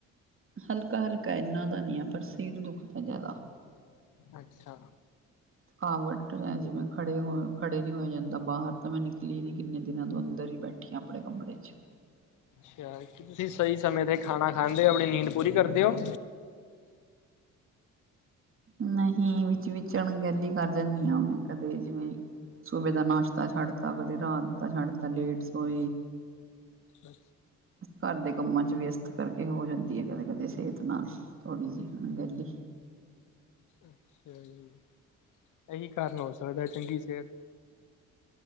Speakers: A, on the right; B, on the left.
A: ਹਲਕਾ ਹਲਕਾ ਇਨਾ ਦਾ ਨਹੀਂ ਹੈ ਪਰ ਸਿਰ ਦੁੱਖ ਦਾ ਜ਼ਿਆਦਾ।
B: ਅੱਛਾ।
A: ਥਕਾਵਟ ਹੈ ਜਿਵੇਂ ਖੜੇ ਹੋ ਖੜੇ ਨਹੀਂ ਹੋ ਜਾਂਦਾ ਬਾਹਰ। ਤਾਂ ਮੈਂ ਨਿਕਲੀ ਨਹੀਂ ਕਿੰਨੇ ਦਿਨਾਂ ਤੋਂ ਅੰਦਰ ਹੀ ਬੈਠੀਂ ਆਪਣੇ ਕਮਰੇ 'ਚ।
B: ਅੱਛਾ ਕੀ ਤੁਸੀਂ ਸਹੀ ਸਮੇਂ 'ਤੇ ਖਾਣਾ ਖਾਂਦੇ ਹੋ ਆਪਣੀ ਨੀਂਦ ਪੂਰੀ ਕਰਦੇ ਹੋ?
A: ਨਹੀਂ ਵਿਚ ਵਿਚਣ ਅਂਗਹਿਲੀ ਕਰ ਜਾਂਦੀ ਹਾਂ ਮੈਂ ਕਦੇ ਜਿਵੇਂ ਸਹੁਬੇ ਦਾ
B: ਅੱਛਾ
A: ਨਾਸ਼ਤਾ ਛੱਡਤਾ ਕਦੇ ਰਾਤ ਦਾ ਛੱਡਤਾ ਲੇਟ ਸੋੲ
B: ਅੱਛਾ।
A: ਘਰ ਦੇ ਕੰਮਾਂ ਚ ਵਿਅਸਤ ਕਰਕੇ ਹੋ ਜਾਂਦੀ ਹੈ ਕਦੇ ਕਦੇ ਸਿਹਤ ਨਾਲ ਥੋੜ੍ਹੀ ਜਿਹੀ ਹੁਣ ਗਹਿਲੀ।
B: ਅੱਛਾ ਜੀ ਇਹੀ ਕਾਰਨ ਹੋ ਸਕਦਾ ਚੰਗੀ ਸਿਹਤ